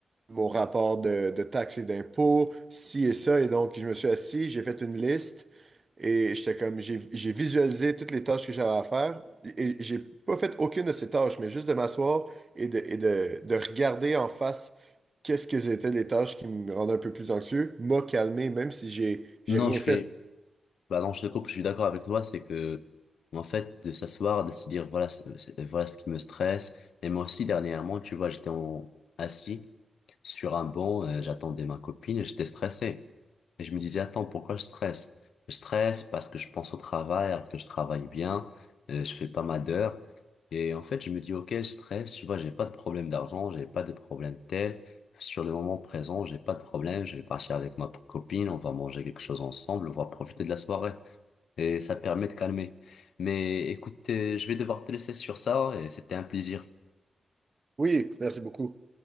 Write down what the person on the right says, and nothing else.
mon rapport de, de taxes et d'impôts, ci et ça. Et donc, je me suis assis, j'ai fait une liste et j'étais comme, j'ai j'ai visualisé toutes les tâches que j'avais à faire. Et j'ai pas fait aucune de ces tâches, mais juste de m'asseoir et de, et de, de regarder en face qu'est-ce que étaient les tâches qui me rendaient un peu plus anxieux, m'a calmé, même si j'ai j'ai
rien
fait.
Oui, merci beaucoup.